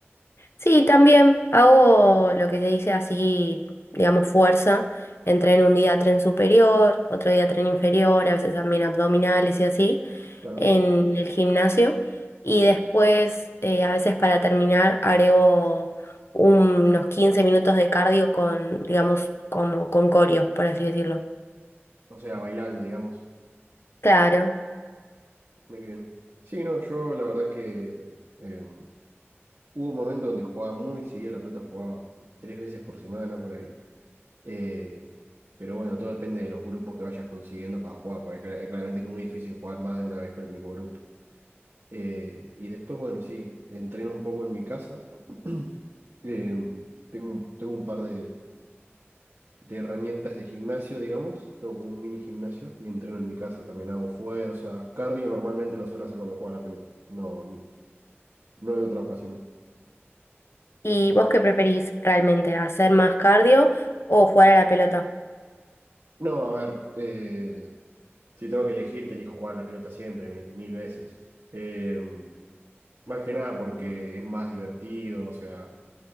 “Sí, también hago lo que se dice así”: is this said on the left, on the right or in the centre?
Left